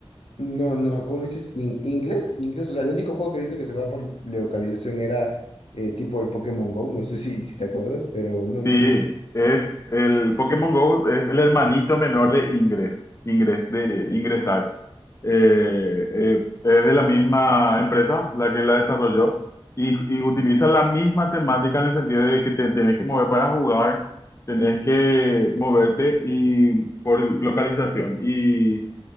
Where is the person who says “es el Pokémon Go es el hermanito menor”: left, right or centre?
Left